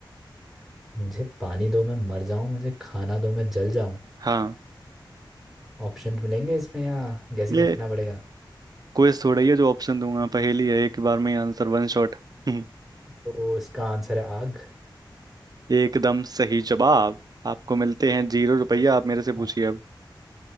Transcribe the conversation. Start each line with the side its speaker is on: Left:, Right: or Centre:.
Centre: <laughs> मुझे पानी दो मैं मर जाऊं मुझे खाना दो मैं जल जाऊं
Right: हाँ
Centre: ऑप्शन मिलेंगे इसमें या गैस ही
Right: ये
Centre: करना पड़ेगा
Right: क्वेश्चन थोड़ा ही है जो ऑप्शन दूंगा पहेली है एक बार में ही आंसर वन शॉट <laughs>
Centre: तो इसका आंसर है आग
Right: एकदम सही जवाब आपको मिलते हैं जीरो रुपया आप मेरे से पूछिए
Centre: हाँ।
Right: अब